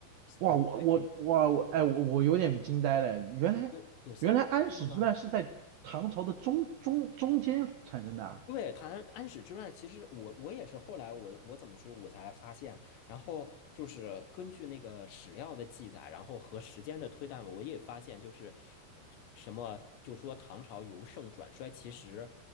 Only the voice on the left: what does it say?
有三分之一了吗？
有有三分之一了吗？对，谈安史之乱，其实我我也是后来我我怎么说，我才发现，然后就是根据那个史料的记载，然后和时间的推断，我也发现就是什么，就说唐朝由盛转衰，其实